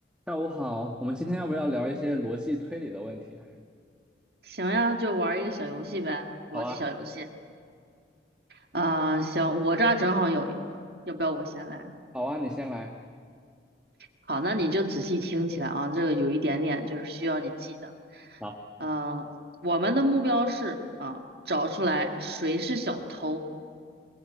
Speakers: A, in the centre; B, on the right.
A: 下午好，我们今天要不要聊一些逻辑推理的问题啊
B: 行呀，就玩一个小游戏呗，逻辑小游戏。
A: 好啊，
B: 啊、行，我这儿正好有一个，要不要我先来？
A: 好啊，你先来。
B: 好，那你就仔细听起来啊，这个有一点点就是需要你记的。
A: 好，
B: 呃，我们的目标是啊，找出来谁是小偷。